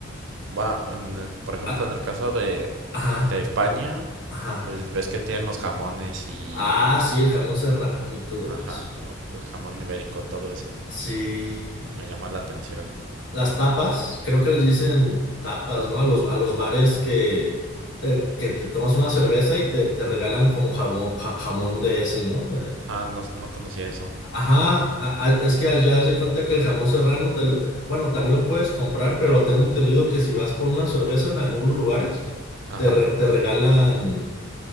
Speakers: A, on the right (about 70°); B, on the left (about 60°).
A: va, en- por ejemplo,
B: no?
A: en el caso de,
B: Ajá,
A: de España,
B: ajá.
A: pues ves que tienen los jamones y...
B: Ah, sí, el jamón serrano y todo
A: Ajá,
B: eso.
A: o- el jamón ibérico, todo eso.
B: Sí.
A: Me llama la atención.
B: Las tapas, creo que les dicen tapas, ¿no? A los, a los bares que te, que te tomas una cerveza y te, te regalan como jamón, ja- jamón de ese, ¿no? De-
A: Ah, no, no conocía eso.
B: Ajá, a- a- es que allá haz de cuenta que el jamón serrano, te lo- bueno, también lo puedes comprar, pero tengo entendido que si vas por una cerveza en algunos lugares,
A: Ajá,
B: te, re- te regalan